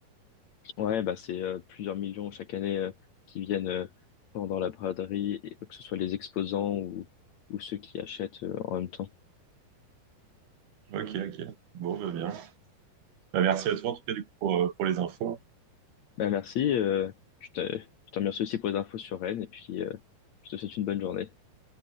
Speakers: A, on the left; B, on the right.
A: Ouais, bah c'est euh, plusieurs millions chaque année euh, qui viennent euh, pendant la braderie, et que ce soit les exposants ou, ou ceux qui achètent euh, en même temps.
B: ok, ok. Bon, bah bien. Bah, merci à toi, en tout cas, du coup, pour, euh, pour les infos.
A: Bah merci, euh, je te, je te remercie aussi pour les infos sur Rennes et puis euh, je te souhaite une bonne journée.